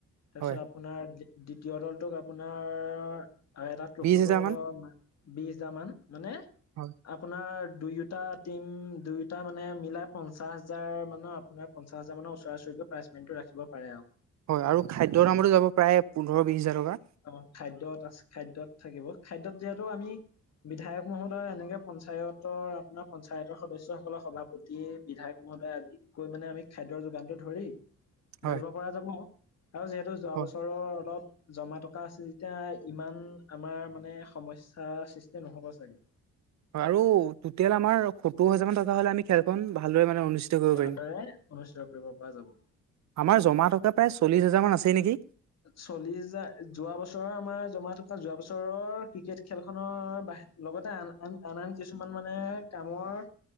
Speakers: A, on the left; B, on the right.
A: তাৰপিছত
B: হয়
A: আপোনাৰ দ্বিতীয় দলটোক আপোনাৰ, এটা ট্ৰফি
B: বিশ হাজাৰ
A: সহ
B: মান
A: বিশ হাজাৰ মান মানে
B: হয়।
A: আপোনাৰ দুয়োটা টিম, দুয়োটা মানে মিলাই পঞ্চাছ হাজাৰ মানৰ আপোনাৰ পঞ্চাছ হাজাৰ মানৰ ওচৰা ওচৰিকৈ প্ৰাইজ মানিটো ৰাখিব পাৰে আৰু।
B: হয়। আৰু খাদ্যৰ নামতো যাব প্ৰায় পোন্ধৰ বিশ হাজাৰ টকা।
A: অ, খাদ্যত তাৰ পাছত, খাদ্যত থাকিব, খাদ্যত যিহেতু আমি বিধায়ক মহোদয় এনেকে পঞ্চায়তৰ, আপোনাৰ পঞ্চায়তৰ সদস্যসকলৰ সভাপতি তিয়ে, বিধায়ক মহোদয় আজি কৈ মানে আমি খাদ্যৰ যোগানটো ধৰি ধৰিব
B: হয়
A: পৰা যাব আৰু যিহেতু যোৱা
B: হয়
A: বছৰৰ অলপ জমা আছে যেতিয়া ইমান আমাৰ মানে সমস্যাৰ সৃষ্টি নহ'ব চাগে।
B: হয় আৰু টোটেল আমাৰ সত্তৰ হাজাৰ মান টকা হ'লে আমি খেলখন ভালদৰে মানে অনুষ্ঠিত কৰিব
A: ভালদৰে
B: পাৰিম।
A: অনুষ্ঠিত কৰিব পৰা যাব।
B: আমাৰ জমা টকা প্ৰায় চল্লিছ হাজাৰমান আছে নেকি?
A: চল্লিশ হাজাৰ, যোৱা বছৰৰ আমাৰ জমা থকা যোৱা বছৰৰ ক্ৰিকেট খেলখনৰ বাহি লগতে আন-আন, আন-আন কিছুমান মানে কামৰ